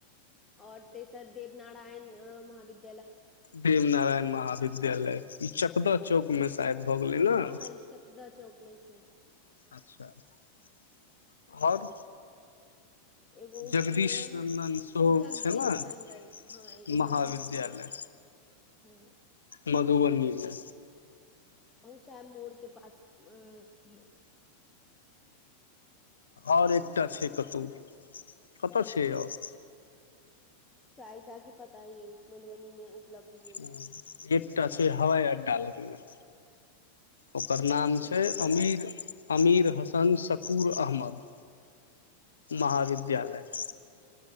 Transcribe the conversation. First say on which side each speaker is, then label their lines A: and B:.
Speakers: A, on the left; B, on the left.
A: और तेसर देवनारायण महाविद्य
B: देव नारायण महाविद्यालय ई चकद चौक में शायद भऽ गेलै ने
A: हँ हँ ई चकदा चौक मे छै
B: अच्छा आ और
A: एगो
B: जगदीश
A: जेन
B: नन्दन सेहो
A: जगदीश
B: छै ने
A: नन्दन हँ एगो
B: महाविद्यालय
A: जगदीश नन्दन हँ
B: मधुबनी में
A: शै मोड़ के पास अ है
B: ओर एकटा छै कतहु कतऽ छै ओर
A: चायटा के पता अछि मधुबनी मे उपलब्धि अछि
B: ह एकटा छै हवा आड्डआ लग मे ओकर नाम
A: ओ
B: छै
A: कोन
B: अमीर
A: सर
B: अमिर हसन शकूर अहमद महाविद्यालय
A: अच्छा